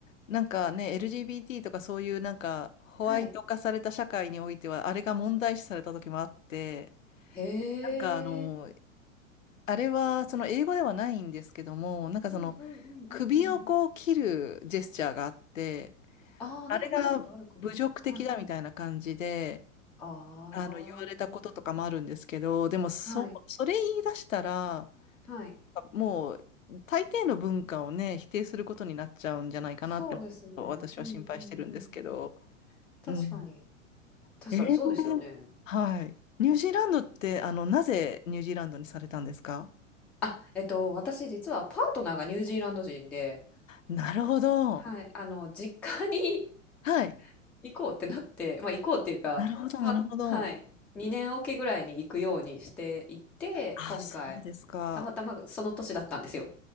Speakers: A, on the left; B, in the centre.
A: なんかね、LGBT とかそういうなんかホワイト化された社会においては、
B: はい。
A: あれが問題視された時もあって、
B: へ
A: なんかあの、
B: え。
A: あれはその英語ではないんですけども、なんかその
B: うんうんうんうんうん。
A: 首をこう切るジェスチャーがあって、
B: ああ、
A: あれが侮辱的だみたいな感じで、
B: なんか見たことあるかも。はい。あ
A: あの、言われたこととかもあるんですけど、
B: あ。
A: でもそ、
B: はい。
A: それ言い出したら、
B: はい。
A: もう大抵の文化をね、否定することになっちゃうんじゃないかなって、
B: そうですね。
A: 私は心配してるんですけど。
B: うんうんうん。確かに。
A: うん
B: 確かにそうですよね。
A: ええはい。ニュージーランドって、あの、なぜニュージーランドにされたんですか
B: あ、えっと、私実はパートナーがニュージーランド人で、
A: なるほど。
B: はい、あの、実家に
A: はい。
B: <laughs> 行こうってなって、まあ行こうっていうか、
A: なるほど、
B: まあ、
A: なるほど。
B: はい、2年おきぐらいに行くようにしていって、
A: あ、
B: 今回、
A: そうですか。
B: たまたまその年だったんですよ。